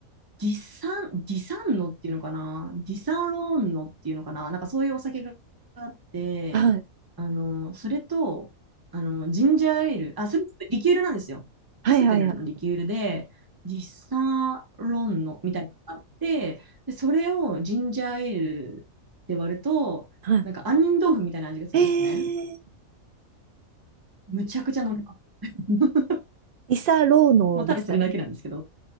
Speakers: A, on the right; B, on the right.
A: ディサン、ディサンノっていうのかな、ディサロンノっていうのかな、なんかそういうお酒があって、
B: はい。
A: あの、それと、あの、ジンジャーエール、あ、それちょっとリキュールなんですよ。
B: はい。
A: カクテルのリキュールで、
B: はい。はい
A: ディサロンノみたいなのがあって、で、それをジンジャーエールで割ると、
B: は
A: なんか杏仁豆腐みたいな味がするんですね。
B: いえー、
A: むちゃくちゃ飲めます。<laughs>
B: リサローノですかね。
A: もうただそれだけなんですけど。